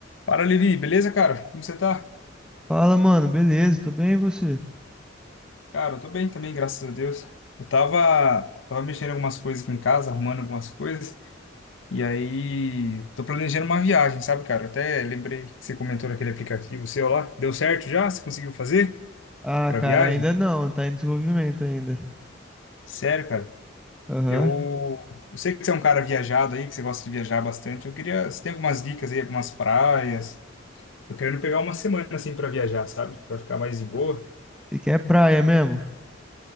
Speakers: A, on the left; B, in the centre.
A: Fala, Levi, beleza, cara? Como você tá?
B: Fala, mano, beleza, tô bem e você?
A: Cara, eu tô bem também, graças a Deus. Eu tava, tava mexendo em algumas coisas aqui em casa, arrumando algumas coisas, e aí tô planejando uma viagem, sabe, cara? Eu até lembrei que você comentou daquele aplicativo seu lá. Deu certo já? Você conseguiu fazer
B: Ah,
A: pra
B: cara,
A: viagem?
B: ainda não, tá em desenvolvimento ainda.
A: Sério, cara,
B: Aham.
A: eu, eu sei que você é um cara viajado aí, que você gosta de viajar bastante. Eu queria, você tem algumas dicas aí, algumas praias? Tô querendo pegar uma semana assim pra viajar, sabe? Pra ficar mais de boa.
B: E que é praia mesmo?